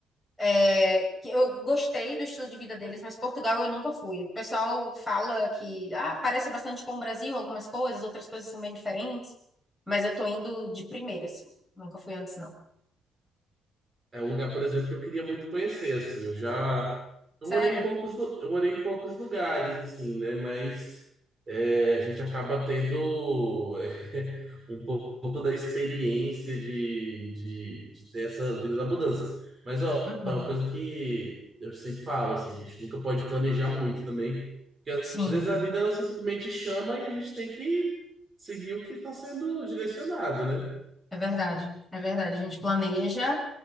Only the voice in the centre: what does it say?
É, que eu gostei do estilo de vida deles, mas Portugal eu nunca fui. O pessoal fala que ah, parece bastante com o Brasil, algumas coisas, outras coisas são bem diferentes, mas eu tô indo de primeira, assim. Nunca fui antes, não.
Sério?
Uhum.
Sim,
é verdade. É verdade. A gente planeja,